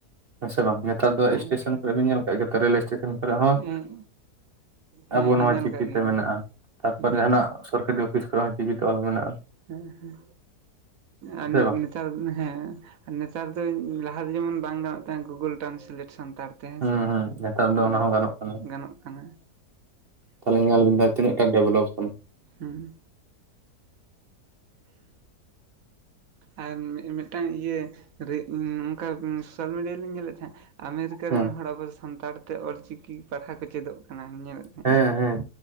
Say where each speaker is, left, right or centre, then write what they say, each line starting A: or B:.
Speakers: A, on the right; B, on the right.
A: ᱦᱮᱸ ᱥᱮ ᱵᱟᱝ ᱱᱮᱛᱟᱨ ᱫᱚ
B: ᱦᱮᱸ
A: ᱥᱴᱮᱥᱮᱱ ᱠᱚᱨᱮ ᱵᱤᱱ ᱧᱮᱞᱠᱟᱜ ᱜᱮᱭᱟ ᱛᱚ ᱨᱮᱹᱞ ᱮᱴᱮᱥᱮᱱ ᱠᱚᱨᱮ ᱦᱚᱸ
B: ᱦᱮᱸ ᱦᱮᱸ
A: ᱟᱵᱚ ᱱᱚᱣᱟ
B: ᱦᱮᱸ ᱧᱮᱞ
A: ᱪᱤᱠᱤ
B: ᱠᱟᱜ ᱜᱮᱭᱟᱞᱤᱧ
A: ᱛᱮ ᱢᱮᱱᱟᱜᱼᱟ ᱛᱟᱯᱚᱨ
B: ᱦᱮᱸ
A: ᱡᱟᱦᱱᱟᱜ ᱥᱚᱨᱠᱟᱨᱤ ᱚᱯᱷᱤᱥ ᱠᱚᱨᱮ ᱦᱚᱸ ᱪᱤᱠᱤ ᱛᱮ ᱚᱞ ᱢᱮᱱᱟᱜᱼᱟ᱾
B: ᱦᱮᱸ ᱦᱮᱸ ᱟᱨ
A: ᱥᱮ
B: ᱱᱮ
A: ᱵᱟᱝ
B: ᱱᱮ ᱛᱟᱨ ᱦᱮᱸ ᱱᱮᱛᱟᱨ ᱫᱚ ᱞᱟᱦᱟ ᱫᱚ ᱡᱮᱢᱚᱱ ᱵᱟᱝ ᱜᱟᱱᱚᱜ ᱛᱟᱦᱮᱸᱫ ᱜᱩᱜᱳᱞ ᱴᱨᱟᱱᱥᱞᱮᱴ ᱥᱟᱱᱛᱟᱲ ᱛᱮ ᱦᱮᱸᱥᱮ
A: ᱦᱩᱸ ᱦᱩᱸ ᱱᱮᱛᱟᱨ ᱫᱚ
B: ᱚᱱᱟ
A: ᱦᱚᱸ
B: ᱠᱚ
A: ᱜᱟᱱᱚᱜ ᱠᱟᱱᱟ
B: ᱜᱟᱱᱚᱜ ᱠᱟᱱᱟ
A: <unintelligible> ᱛᱤᱱᱟᱹᱜᱴᱟ ᱰᱮᱵᱷᱚᱞᱚᱯ ᱠᱟᱱᱟ
B: ᱦᱩᱸ ᱟᱨ ᱢᱤᱫᱴᱟᱱ ᱤᱭᱟᱹ ᱚᱝᱠᱟ ᱥᱳᱥᱟᱞ ᱢᱤᱰᱤᱭᱟ ᱨᱮᱞᱤᱧ ᱧᱮᱞᱮᱫ ᱛᱟᱦᱮᱸᱫ ᱟᱢᱮᱨᱤᱠᱟ
A: ᱦᱮᱸ
B: ᱨᱮᱱ ᱦᱚᱲ ᱟᱵᱚ ᱥᱟᱱᱛᱟᱲ ᱛᱮ ᱚᱞ ᱪᱤᱠᱤ ᱯᱟᱲᱦᱟᱣ ᱠᱚ ᱪᱮᱫᱚᱜ ᱠᱟᱱᱟ ᱧᱮᱞᱮᱫ ᱛᱟᱦᱮᱸᱱᱟ
A: ᱦᱮᱸ
B: ᱞᱤᱧ
A: ᱦᱮᱸ